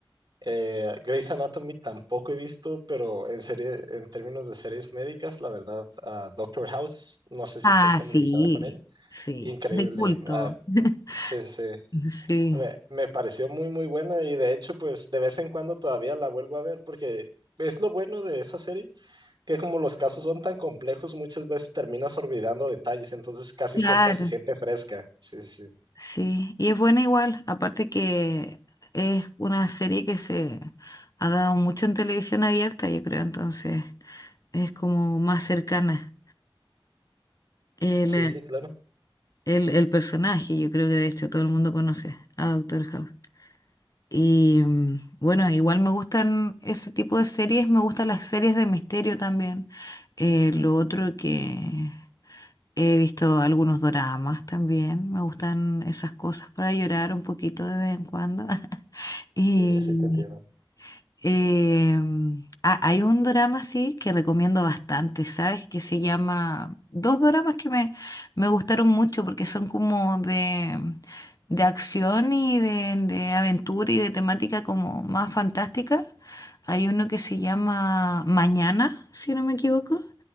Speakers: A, on the right; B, on the left.
A: Eh, Grey's Anatomy tampoco he visto, pero en serie, en términos de series médicas, la verdad, ah, Doctor House, no sé si
B: Ah,
A: estés familiarizada
B: sí,
A: con ella.
B: sí,
A: Increíble.
B: de culto,
A: ah,
B: <laughs>
A: sí, sí, sí.
B: sí,
A: Me, me pareció muy, muy buena y de hecho, pues de vez en cuando todavía la vuelvo a ver porque es lo bueno de esa serie, que como los casos son tan complejos, muchas veces terminas olvidando detalles, entonces casi
B: Claro.
A: siempre se siente fresca. Sí, sí, sí.
B: sí, y es buena igual, aparte que es una serie que se ha dado mucho en televisión abierta, yo creo, entonces es como más cercana el,
A: Sí, sí, claro.
B: el, el personaje, yo creo que de hecho todo el mundo conoce a Doctor House. Y mm, bueno, igual me gustan ese tipo de series, me gustan las series de misterio también. Eh, lo otro que he visto algunos doramas también, me gustan esas cosas para llorar un poquito de vez en cuando. <laughs> Y
A: Sí, sí, te entiendo.
B: Em, ah, hay un drama sí que recomiendo bastante, ¿sabes? Que se llama... Dos dramas que me, me gustaron mucho porque son como de, de acción y de, de aventura y de temática como más fantástica. Hay uno que se llama Mañana, si no me equivoco,